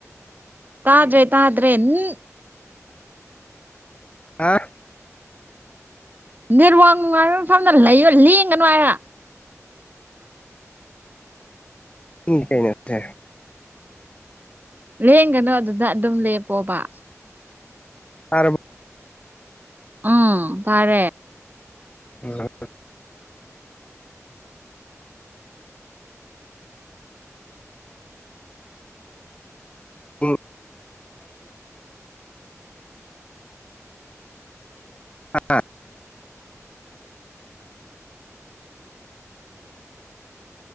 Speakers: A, on the right; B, on the left.
A: ꯇꯥꯗ꯭ꯔꯦ ꯇꯥꯗ꯭ꯔꯦ ꯅ
B: ꯍꯥꯥ
A: ꯅꯦꯔꯋꯥꯡ ꯅꯨꯡꯉꯥꯏꯕ ꯃꯐꯝꯗ ꯂꯩꯌ ꯂꯦꯡꯒꯅꯨ ꯍꯥꯏꯔ
B: ꯏ ꯀꯩꯅꯁꯦ
A: ꯂꯦꯡꯒꯅꯨ ꯑꯗꯨꯗ ꯑꯗꯨꯝ ꯂꯦꯄꯣꯕ
B: ꯑꯕ
A: ꯑꯣ ꯇꯔꯦ
B: ꯎꯝ ꯎꯝ ꯑꯥ